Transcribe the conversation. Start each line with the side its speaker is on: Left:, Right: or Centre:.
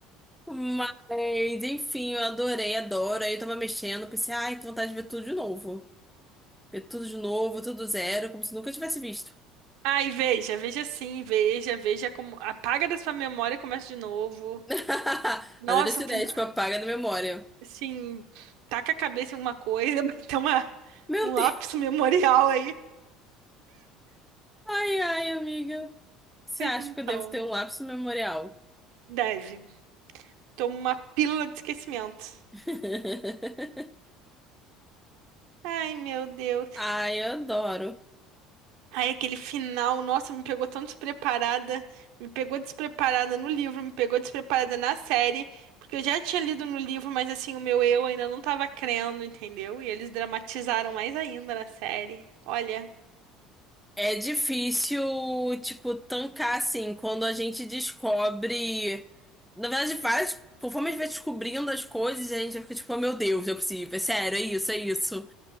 Centre: Mas, enfim, eu adorei, adoro. Aí eu tava mexendo, pensei, ai, que vontade de ver tudo de novo. Ver tudo de novo, tudo zero, como se nunca tivesse visto.
Right: Ai, veja, veja sim, veja, veja como apaga da sua memória e começa de novo.
Centre: <laughs>
Right: Nossa,
Centre: Adorei essa
Right: o
Centre: ideia,
Right: fina-
Centre: tipo, apaga da memória.
Right: assim, taca a cabeça em uma coisa, <laughs> tem uma
Centre: Meu
Right: um
Centre: <laughs>
Right: lápis
Centre: Deus.
Right: memorial aí.
Centre: Ai, ai, amiga. Você
Right: Pois
Centre: acha
Right: então,
Centre: que eu devo ter um lapso memorial?
Right: deve. Toma uma pílula de esquecimento.
Centre: <laughs>
Right: Ai, meu Deus.
Centre: Ai, eu adoro.
Right: Aí aquele final, nossa, me pegou tão despreparada, me pegou despreparada no livro, me pegou despreparada na série, porque eu já tinha lido no livro, mas assim, o meu eu ainda não tava crendo, entendeu? E eles dramatizaram mais ainda na série. Olha,
Centre: É difícil, tipo, tancar assim, quando a gente descobre. Na verdade, várias. Conforme a gente vai descobrindo as coisas, a gente fica tipo, oh, meu Deus, não é possível, é sério, é isso, é isso.